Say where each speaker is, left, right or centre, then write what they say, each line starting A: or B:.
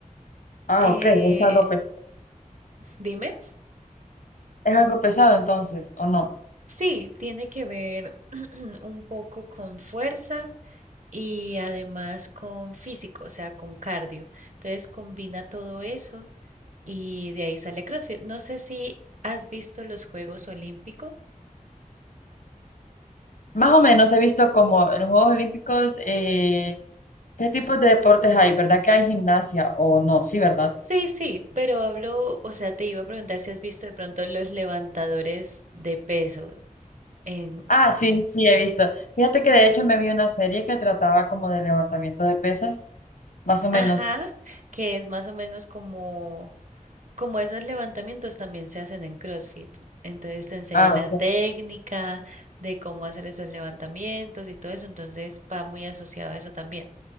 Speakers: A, on the left; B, on the right.
A: Ah,
B: Eh,
A: ok, es algo pequeño.
B: dime,
A: Es algo pesado entonces, ¿o no?
B: sí, tiene que ver <clears throat> un poco con fuerza y además con físico, o sea, con cardio. Entonces combina todo eso y de ahí sale CrossFit. No sé si has visto los Juegos Olímpicos.
A: Más o menos he visto como en los Juegos Olímpicos, eh, ¿qué tipos de deportes hay? ¿Verdad que hay gimnasia o no? Sí, ¿verdad?
B: Sí, sí, pero hablo, o sea, te iba a preguntar si has visto de pronto los levantadores de peso en,
A: Ah, sí, sí, he visto. Fíjate que de hecho me vi una serie que trataba como de levantamiento de pesas, más o menos.
B: ajá, que es más o menos como, como esos levantamientos también se hacen en CrossFit. Entonces te enseñan
A: Ah,
B: la
A: ok.
B: técnica de cómo hacer esos levantamientos y todo eso, entonces va muy asociado a eso también.